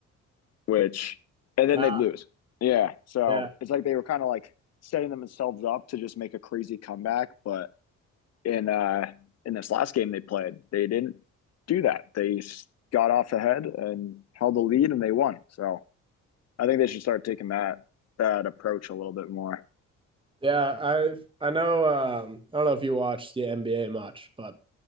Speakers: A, on the left; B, on the right.
A: which and then
B: uh,
A: they'd lose. yeah, so
B: yeah.
A: it's like they were kind of like setting themselves up to just make a crazy comeback, but in uh in this last game they played, they didn't do that. They got off ahead and held the lead and they won. So I think they should start taking that that approach a little bit more.
B: Yeah, I I know. Um, I don't know if you watch the NBA much, but